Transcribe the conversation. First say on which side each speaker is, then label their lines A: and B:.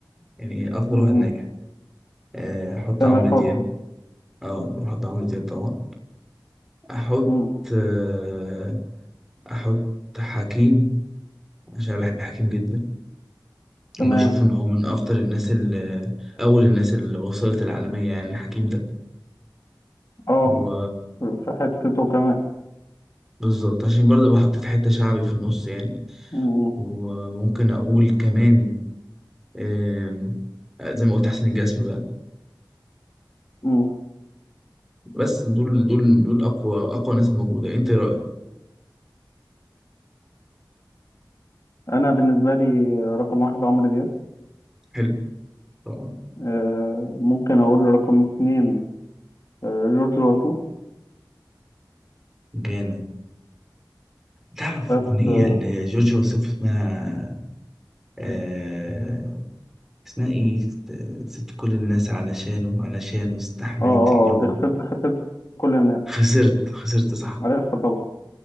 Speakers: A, in the centre; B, on the left (about 45°).
A: يعني اكتر
B: مم.
A: واحد ناجح آه، احط
B: تامر
A: عمرو
B: حسني
A: دياب اه واحط عمرو دياب طبعا احط
B: مم.
A: آه، احط حكيم عشان أنا بحب حكيم جدا بشوف
B: تمام
A: ان هو من اخطر الناس اللي اول الناس اللي وصلت العالمية يعني حكيم ده
B: اه
A: و
B: في حتته كمان
A: بالظبط عشان برضه بحطيت حتة شعبي في النص يعني
B: مم.
A: وممكن اقول كمان آم، زي ما قلت حسين الجسمي بقى
B: مم.
A: بس دول دول دول اقوى اقوى ناس الموجودة انت إيه رأيك
B: انا بالنسبة لي رقم واحد عمرو دياب
A: حلو طبعا
B: آه ممكن اقول رقم اتنين آه جورج وسوف
A: جامد تعرف
B: بس
A: أغنية
B: اه
A: لجورج وسوف اسمها آه اسمها إيه؟ سبت كل الناس علشانه علشانه استحملت
B: اه آه،
A: اللوم
B: دي خسرت خسرت كل الناس
A: خسرت خسرت صح
B: عارفها طبعا